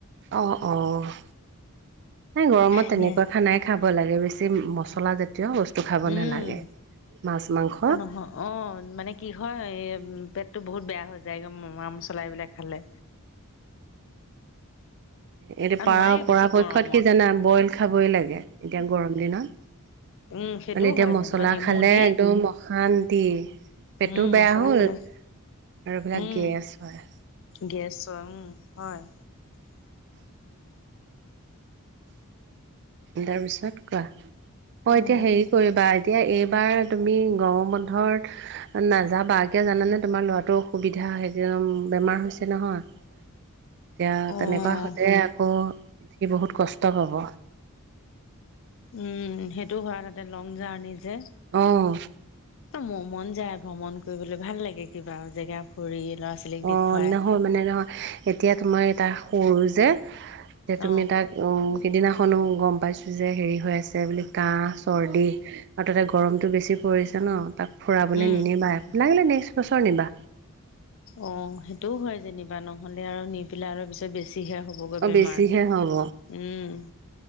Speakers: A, on the right; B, on the left.
A: অ' অ' নাই গৰমত
B: ধুনীয়া
A: তেনেকুৱা খানাই খাব লাগে বেছি মছল -চলা জাতীয় বস্তু খাব
B: উম
A: নালাগে। মাছ মাংস
B: নহয় অ' মানে কি হয় পেটটো বহুত বেয়া হৈ যায়। যাই গৈ মা-মছলা এইবিলাক খালে।
A: এইটো
B: আৰু
A: পাৰ
B: নোৱাৰি
A: -পৰাপক্ষত
B: বেছি গৰমত
A: কি জানা বইল খাবই লাগে, এতিয়া গৰম দিনত।
B: উম সেইটোও
A: মানে এতিয়া
B: হয়
A: মছলা
B: যেনিবা নেমু
A: খালে
B: দি
A: টো অশান্তি। পেটো
B: উম মছলা
A: বেয়া হ'ল
B: খালে
A: আৰু এইবিলাক
B: উম
A: গেছ হয়!
B: গেছ উম হয়!
A: তাৰ পিছত কোৱা, মই
B: উম।
A: এতিয়া হেৰি কৰিবা এতিয়া এই এইবাৰ তুমি গৰমৰ বন্ধত নাযাবা কিয় জানানে, তোমাৰ ল'ৰাতো অসুবিধা। হেৰি একদম বেমাৰ হৈছে নহয়।
B: <inaudible>
A: এতিয়া
B: উম
A: তেনেকুৱা হ'লে আকৌ সি বহুত কষ্ট পাব।
B: উম সেইটো হেতেন তাতে লং জাৰ্ণি যে
A: অ',
B: ম মন যায় ভ্ৰমণ কৰিবলৈ ভাল লাগে, কিবা জেগা ফুৰি ল'ৰা ছোৱালীক দেখুৱাই
A: অ' নহয় মানে নহয় এতিয়া তোমাৰ- তাহ- সৰু যে -যে তুমি
B: অ
A: তাক সিদিনা খনো গম পাইছো যে হেৰি হৈ আছে বুলি কাহ -চৰ্দি আৰু তাতে গৰমটো বেছি পৰিছে ন, তাক ফুৰাবলৈ
B: উম
A: নিনিবা। লাগিলে নেক্সট বছৰ নিবা
B: অ' হেটোও হয় যেনিবা, নহ'লে আৰু নি পেলাই আৰু পিছত বেছি হে হ'বগৈ
A: অ',
B: বেমাৰ।
A: বেছিহে হ'ব
B: উম!